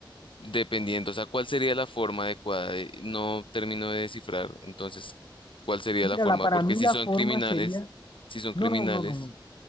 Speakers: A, on the left; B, on the left.
A: dependiendo, o sea, cuál sería la forma adecuada, Eh, no termino de descifrar, entonces, cuál sería
B: Mira,
A: la forma,
B: la, para
A: porque
B: mí
A: si
B: la
A: son
B: forma
A: criminales,
B: sería...
A: si son
B: No,
A: criminales,
B: no, no, no, no.